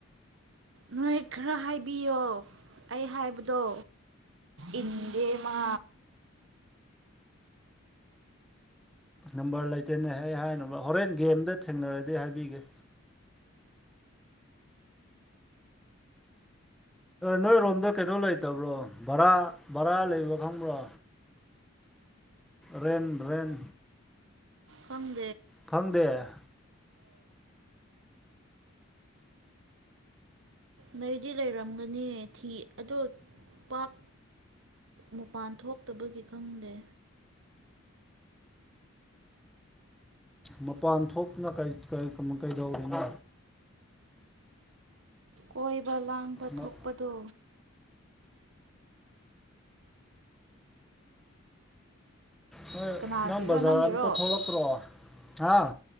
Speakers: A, on the right (about 60°); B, in the centre.
A: ꯅꯣꯏ ꯈꯔ ꯍꯥꯏꯕꯤꯌꯣ ꯑꯩ ꯍꯥꯏꯕꯗꯣ ꯏꯟꯗꯦ ꯃꯥ
B: ꯅꯝꯕꯔ ꯂꯩꯇꯦꯅꯦ ꯑꯩ ꯍꯥꯏꯅ ꯍꯣꯔꯦꯟ ꯒꯦꯝꯗ ꯊꯦꯡꯅꯔꯗꯤ ꯍꯥꯏꯕꯤꯒꯦ ꯅꯣꯏ ꯔꯣꯝꯗ ꯀꯩꯩꯅꯣ ꯂꯩꯇꯕ꯭ꯔꯣ ꯚꯔꯥ ꯚꯔꯥ ꯂꯩꯕ ꯈꯪꯕ꯭ꯔꯣ ꯔꯦꯟ ꯔꯦꯟ
A: ꯈꯪ
B: ꯐꯪꯗꯦ ꯎꯝ
A: ꯅꯣꯏꯗꯤ ꯂꯩꯔꯝꯒꯅꯤ ꯊꯤ ꯑꯣ ꯄꯥꯛ ꯃꯄꯥꯟ ꯊꯣꯛꯇꯕꯒꯤ ꯈꯪꯗꯦ
B: ꯃꯄꯥꯟ ꯊꯣꯛꯇꯅ ꯀꯩꯗꯧꯕꯅꯣ
A: ꯑꯣꯏꯣꯏ ꯂꯥꯡꯕ
B: ꯃ-
A: ꯊꯣꯛꯄꯗꯣ
B: ꯍꯣꯏ
A: ꯀꯅꯥꯒꯤꯔꯣ
B: ꯅꯪ ꯕꯖꯥꯔ
A: ꯅꯪꯒꯤꯔꯣ
B: ꯑꯇ ꯊꯣꯛꯂꯛꯇ꯭ꯔꯣ ꯑꯥ